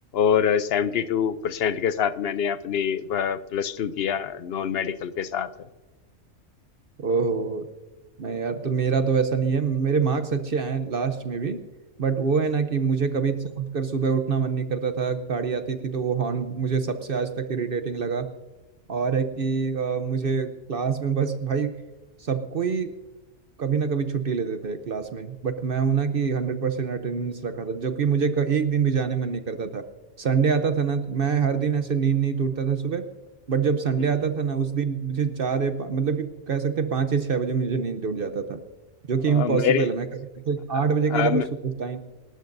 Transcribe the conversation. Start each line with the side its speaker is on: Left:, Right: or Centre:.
Left: और सेवेंटी टू परसेंट के साथ मैंने अपनी प्लस टू किया नॉन मेडिकल के साथ
Right: ओहो नहीं यार तो मेरा तो ऐसा नहीं है मेरे मार्क्स अच्छे आए लास्ट में भी बट वो है ना कि मुझे कभी ऐसे उठकर सुबह उठना मन नहीं करता था गाड़ी आती थी तो वो हॉर्न मुझे सबसे आज तक इरिटेटिंग लगा और है कि अ, मुझे क्लास में बस भाई सबको ही कभी ना कभी छुट्टी लेते थे क्लास में बट मैं हूं ना कि हंड्रेड परसेंट अटेंडेंस रखा था जबकि मुझे क- एक दिन भी जाने मन नहीं करता था संडे आता था ना तो मैं हर दिन ऐसे नींद नहीं टूटता था सुबह बट जब संडे
Left: हम्म
Right: आता था ना उस दिन मुझे चार या पा- मतलब कि कह सकते हैं पाँच या छह बजे मुझे नींद टूट जाता था जो कि इम्पॉसिबल
Left: अ, मेरी
Right: है मैं कभी जैसे
Left: अ,
Right: आठ बजे
Left: अ,
Right: के इधर उस- उठता ही